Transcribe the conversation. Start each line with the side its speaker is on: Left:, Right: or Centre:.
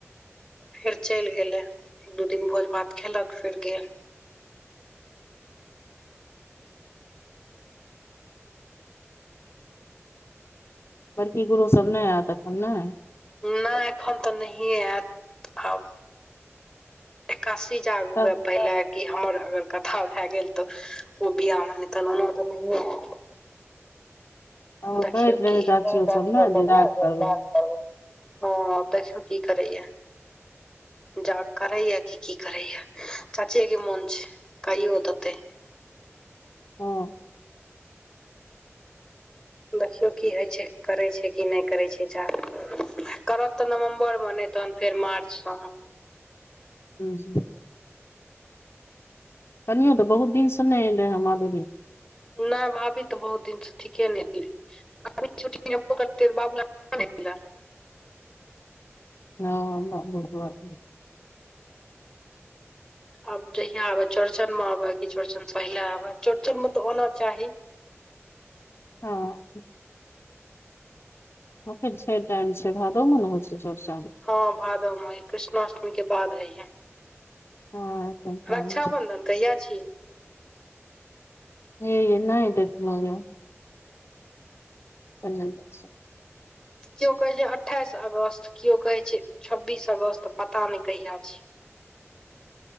Centre: फेर चइल गेलै एक दू दिन भोज भात खेलक फेर गेल
Left: बड़की गुरो सब नय एत अखन ने
Centre: नय एखन तऽ नहिए एत आब काशी जागूए
Left: त
Centre: पहिले कि हमर अगर कथा भए गेल तऽ ओ बिआ मे नय तऽ ओना तऽ नहिए ऐब
Left: <inaudible> कहैत
Centre: दाखियो
Left: रहे
Centre: कि
Left: चाचियो
Centre: <unintelligible>
Left: सब ने जे राज करबै
Centre: हँ देखियों की करैए जाग करैए कि की करैए चाचे के मोन छै कहियो देते
Left: हँ
Centre: देखियौ की होइ छै करै छै कि नय करै छै जा करत तऽ नवम्बर मे नय तहन फेर मार्च मे
Left: हू जी कनियो तऽ बहुत दिन से नय एलै है माधुरी
Centre: नय भाभी तऽ बहुत दिन से ठीके ने एलै छुटी करत
Left: हँ बहुत
Centre: आब जहिया आबे चौड़चन मे आबे की चौड़चन पहिले आबे ह चौड़चन में तऽ आना चाही
Left: हँ ओ छै टाम छै भादो मन हो छै चोर्चन
Centre: हँ भादो मे होया कृष्णाष्टमीक के बाद हइय
Left: हँ एखन टाइम
Centre: रक्षाबन्धन
Left: छै
Centre: कहिया छी
Left: हे नाई देखलो है <unintelligible>
Centre: किओ कहे छै अठाईस अगस्त केओ कहे छै छब्बीस अगस्त पता नय कहिया छै